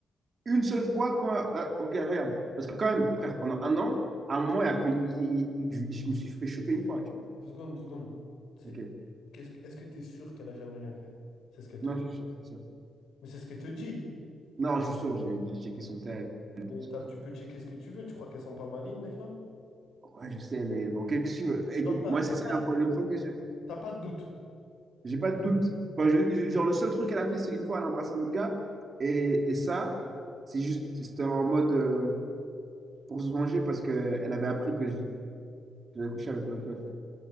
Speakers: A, on the right; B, on the left.
A: une seule fois quand. là, ok, regarde. Parce que quand même, frère, pendant un an, à un moment, il a failli- il- il- il- je, me suis fait choper une fois, tu vois.
B: Deux secondes, deux secondes. C'est,
A: Ok.
B: qu'est-ce, que- est-ce que tu es sûr qu'elle a jamais rien fait? C'est ce qu'elle te
A: Non,
B: dit.
A: je suis sûr. je suis sûr.
B: Mais c'est ce qu'elle te dit.
A: Non, je suis sûr, j'ai j'ai checké son tel. et
B: Mais
A: tout ce
B: t'as-
A: truc.
B: tu peux checker ce que tu veux. Tu crois qu'elles sont pas malines, les femmes?
A: Ouais, je sais, mais bon, qu'est-ce que tu veux? Écoute,
B: Genre, t'as
A: moi,
B: t'as
A: c'est ça
B: pas,
A: la problème fois que j'ai.
B: t'as pas de doute.
A: J'ai pas de doute. Enfin, je- je- genre, le seul truc qu'elle a fait, c'est une fois, elle a embrassé un autre gars. Et, et ça, c'est juste, c'était en mode euh, pour se venger parce qu'elle avait appris que j'avais couché avec une autre meuf.